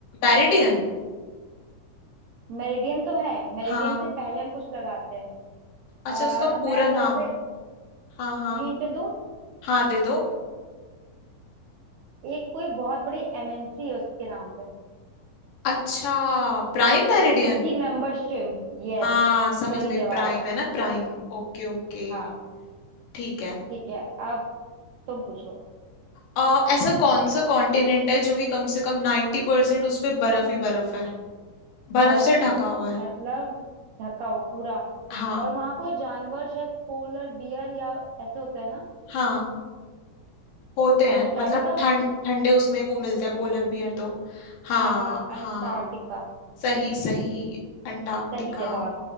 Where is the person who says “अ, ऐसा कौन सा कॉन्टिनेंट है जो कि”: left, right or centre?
Left